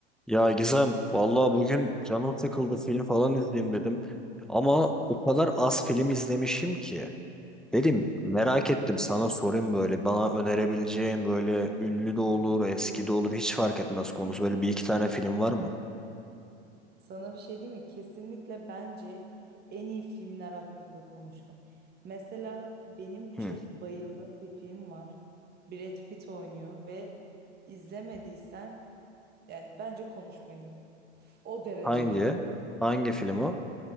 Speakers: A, in the centre; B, on the right (about 30°).
A: Ya Gizem, vallahi bugün canım sıkıldı film falan izleyeyim dedim. Ama o kadar az film izlemişim ki. Dedim merak ettim sana sorayım böyle bana önerebileceğin böyle ünlü de olur eski de olur hiç fark etmez konusu böyle bir iki tane film var mı?
B: Sana bir şey diyeyim mi? Kesinlikle bence en iyi filmler hakkında konuşalım. Mesela benim
A: Hı.
B: çok bayıldığım bir film var. Brad Pitt oynuyor ve izlemediysen yani bence konuşmayın. O derece
A: Hangi?
B: diyorum.
A: Hangi film o?